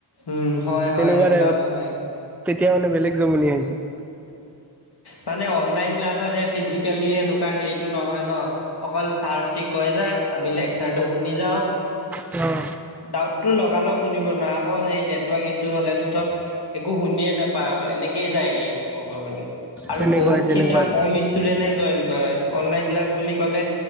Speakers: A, on the left; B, in the centre.
A: উম হয় হয়
B: তেনেকুৱা
A: এনেকুৱা
B: টাইপত
A: নহয়
B: তেতিয়া মানে বেলেগ জমনি হৈছে
A: মানে অনলাইন ক্লাছত সেই ফিজিকেলি এনেকুৱা হেৰিটো নহয় ন অকল ছাৰ হতে কৈ যায় আমি লেকচাৰটো শুনি যাওঁ
B: অঁ
A: দাউতো লগালগ শুনিব নোৱাৰো আকৌ হেৰি নে ইছু হলেতো একো শুনিয়ে নাপায় আৰু এনেকে যায়গে ক'ব গ'লে আৰু
B: তেনেকুৱাই
A: বহুত
B: তেনেকুৱাই
A: খিটা কম ই ষ্টুডেণ্টে জইন কৰে অনলাইন ক্লাছ বুলি ক'লে